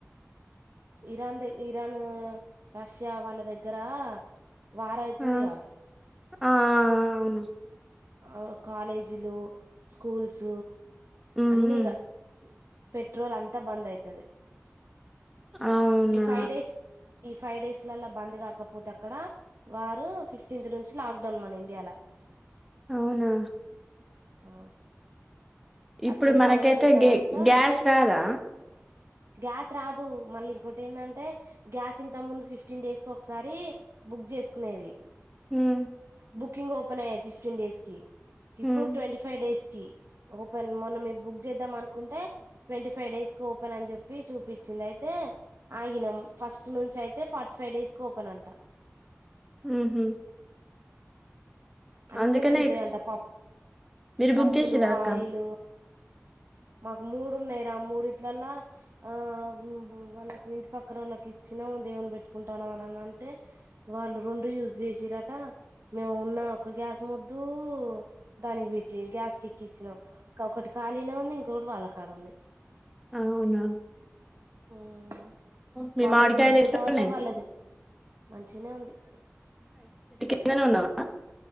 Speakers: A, on the right; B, in the centre.
A: ఇరాన్ దె ఇరానూ రష్యా వాళ్ళ దగ్గరా వార్ ఐతుందిగా
B: ఆ ఆ అవును
A: ఆ కాలేజీలు స్కూల్స్
B: హ్మ్
A: అన్నీగా పెట్రోల్ అంతా బంద్ అయితది
B: అవునా
A: ఈ ఫైవ్ డేస్ ఈ ఫైవ్ డేస్ లల్లా బంద్ కాకపోతే అక్కడ వారు ఫిఫ్టీన్త్ నుంచి లాక్డౌన్ మన ఇండియా ల
B: అవునా
A: ఆ
B: ఇప్పుడు
A: అటు సైడ్
B: మనకైతే
A: బంగ్లాదేశ్ అదంతా
B: గే గ్యాస్ రాదా
A: గ్యాస్ రాదు మళ్ళీ ఇంకోటి ఏందంటే గ్యాస్ ఇంత ముందు ఫిఫ్టీన్ డేస్ కు ఒకసారి బుక్ చేసుకునేది
B: మ్మ్
A: బుకింగ్ ఓపెన్ అయ్య ఫిఫ్టీన్ డేస్ కి ఇప్పుడు
B: హ్మ్
A: ట్వంటీ ఫైవ్ డేస్ కీ ఓ ట్వన్ మొన్న మేము బుక్ చేద్దాం అనుకుంటే ట్వంటీ ఫైవ్ డేస్ కి ఓపెన్ అని చెప్పి చూపిచ్చింది అయితే ఆగినం ఫస్ట్ నుంచి అయితే ఫార్టీ ఫైవ్ డేస్ కి ఓపెన్ అంట
B: ఊహూ
A: అన్నీ
B: అందుకనే
A: పెరుగుతాయి
B: ఎక్స్
A: అంట పప్
B: మీరు బుక్
A: పప్పులు
B: చేసిర్రా అక్క
A: ఆయిల్ మాకు మూడు ఉన్నాయి రా మూడిట్లలా ఆ మ్మ్ మ్మ్ మ్మ్ వాళ్ళకి ఇంటి పక్కనోళ్ళకి ఇచ్చినాము దేవుని పెట్టుకుంటాను అనన్ అంటే వాళ్ళు రెండు యూజ్ చేసిరట మేము ఉన్న ఒక గ్యాస్ ముదు దానికి పెట్టి గ్యాస్ క ఎక్కించినాం ఇంక ఒకటి కాలినే ఉంది ఇంకొకటి వాళ్ళ కాడ ఉంది
B: అవునా
A: మ్మ్
B: మీ
A: వాళ్ళది
B: మామిడికాయలు
A: బుక్ చేద్దామంటే
B: ఎట్లున్నాయి
A: వాళ్ళది మంచిగనే ఉంది
B: ఇక్కడనే ఉన్నావా